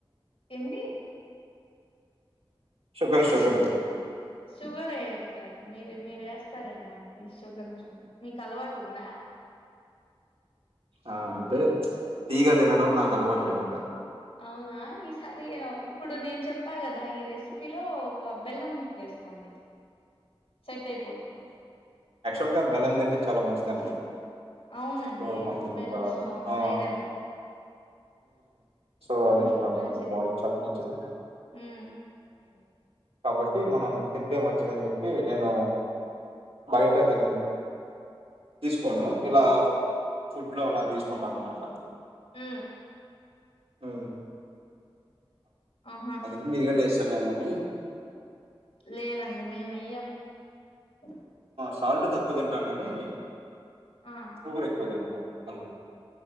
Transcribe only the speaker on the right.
సుకర సుకర
ఆ అంతే తీగ తినడం నాకు అలవాటు అనమాట
అక్సోల్గా బెల్లందంటే చాలా మంచిదండి
సో మం
ఇంకా ఆ
సో అది
ఇంకా
మనకి బాడీకి చాలా మంచిది
కాబట్టి మనం తింటే మంచిదని చెప్పి నేను బయట తను తీసుకోను ఇలా ఫుడ్లో అలా తీసుకుంటాను అన్నమాట
ఆ
అందు మీది క రే అమ్మని
సాల్ట్ తక్కువ తింటాను కాని
ఊర ఎక్కువదంప అవు